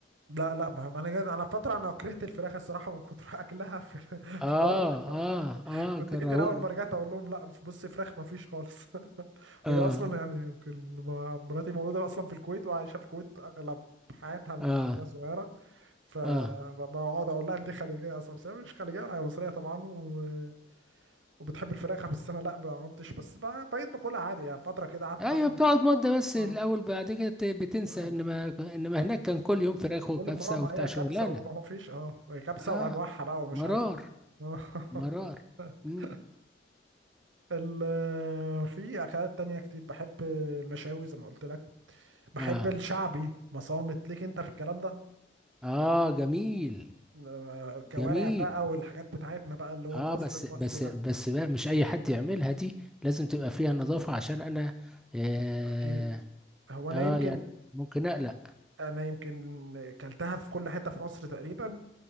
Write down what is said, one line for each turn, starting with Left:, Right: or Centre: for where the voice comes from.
Right: لا لا بهم. انا جد انا فتره انا كرهت الفراخ الصراحه من كتر اكلها في <laughs>
Centre: آه
Right: في بره
Centre: آه آه
Right: كنت
Centre: كرهونا
Right: جيت اول ما رجعت اقول لهم لا بص فراخ ما فيش خالص <laughs>
Centre: آه
Right: هي اصلا يعني يمكن ما- مراتي موجوده اصلا في الكويت وعايشه في الكويت اغلب حياتها من
Centre: آه
Right: وهي صغيره فبقعد
Centre: آه
Right: اقول لها انت خليجيه اصلا بس هي مش خليجيه ولا هي مصريه طبعا و... وبتحب الفراخ بس انا لا ما كنتش بس بقى- بقيت باكلها عادي يعني فتره كده قعدت
Centre: أيوة
Right: فتره
Centre: بتقعد مدة بس
Right: اه
Centre: الأول بعد كده بت- بتنسى
Right: عادي
Centre: إنما إنما هناك كان
Right: خلاص.
Centre: كل يوم فراخ وكبسة
Right: كل ما اه ما
Centre: وبتاع
Right: هي
Centre: شغلانة
Right: كبسة وما هو فيش اه هي كبسة وانواعها
Centre: آه
Right: بقى ومش
Centre: مرار
Right: عارف وال- <laughs>
Centre: مرار مم.
Right: ال آه، في اكلات تانية كتير بحب المشاوي زي ما قلت لك بحب
Centre: آه
Right: الشعبي مصامت ليك انت في الكلام ده
Centre: آه جميل
Right: آه، كوارع
Centre: جميل
Right: بقى والحاجات بتاعتنا بقى اللي هو
Centre: اه
Right: الاصل
Centre: بس
Right: المصري
Centre: بس
Right: ده
Centre: بس بقى مش اي حد يعملها دي لازم تبقى فيها نظافة عشان انا اه,
Right: اكيد هو انا
Centre: آه
Right: يمكن
Centre: يعني ممكن اقلق
Right: انا يمكن كلتها في كل حتة في مصر تقريبا